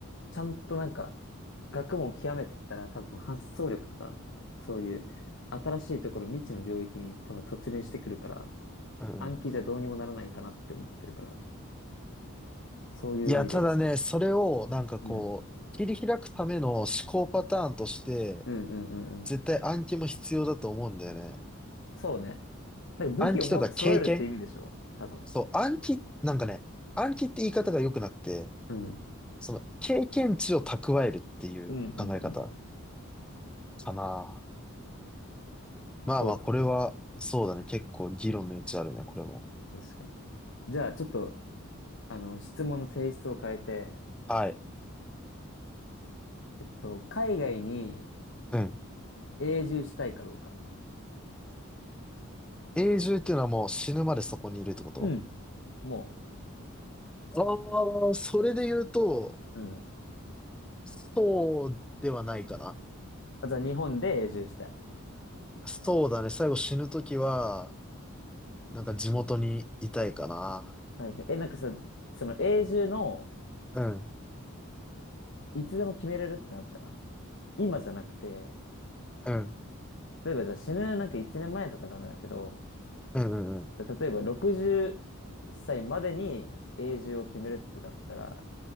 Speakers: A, on the left; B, in the centre.
A: ちゃんとなんか、学問を極めてったら多分発想力とか、そういう新しいところ、未知の領域に多分突入してくるから、
B: うん
A: 暗記じゃどうにもならないかなって思ってるから。そういう意味で。
B: いや、ただね、それをなんかこう、
A: うん。
B: 切り開くための思考パターンとして、
A: うんうんうんうん。
B: 絶対暗記も必要だと思うんだよね。
A: そうね。なんか武器をも揃えるって意味でしょ多分。
B: 暗記とか経験そう、暗記、なんかね、暗記って言い方が良くなくて、
A: うん。
B: その経験値を蓄えるっていう考え方
A: うんうんうん。
B: かな。まあまあ、
A: そうだね。
B: これは、そうだね。結構議論の余地あるね、これも。
A: 確かに。じゃあ、ちょっと、あの、質問の性質を変えて、
B: はい。
A: えっと、海外に
B: うん。
A: 永住したいかどうか。
B: 永住っていうのはもう死ぬまでそこにいるってこと
A: うん。も
B: ああー、それで言うと、
A: う、うん。
B: そうではないかな。
A: あじゃあ、日本で永住したい。
B: そうだね。最後死ぬときは、なんか地元にいたいかな。
A: はいはい。え、なんかさ、その永住の、
B: うん、
A: いつでも決めれるってなったら、今じゃなくて、
B: うん、
A: 例えばじゃあ死ぬなんか1年前とかダメだけど、
B: うん、うん、うん。
A: じゃあ、例えば60歳までに永住を決めるってだったら、